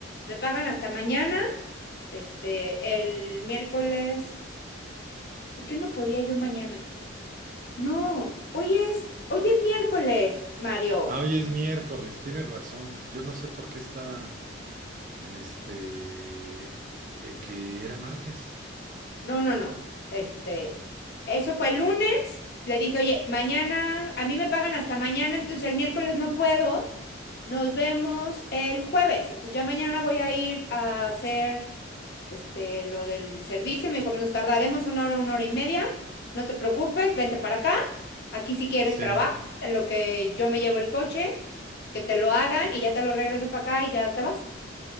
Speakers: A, on the left (about 55°); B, on the right (about 45°).
A: me pagan hasta mañana, este, el miércoles, ¿por qué no podía yo mañana? No, hoy es, hoy es miércoles, Mario.
B: Ah, hoy es miércoles, tienes razón. Yo no sé por qué estaba en este, en que era martes.
A: No, no, no, este, eso fue el lunes, le dije, oye, mañana, a mí me pagan hasta mañana, entonces el miércoles no puedo. Nos vemos el jueves. Entonces ya mañana voy a ir a hacer este, lo del servicio. Me dijo, nos tardaremos una hora, una hora y media. No te preocupes, vente para acá. Aquí si quieres
B: Sí.
A: trabajas en lo que yo me llevo el coche, que te lo hagan y ya te lo regreso para acá y ya te vas.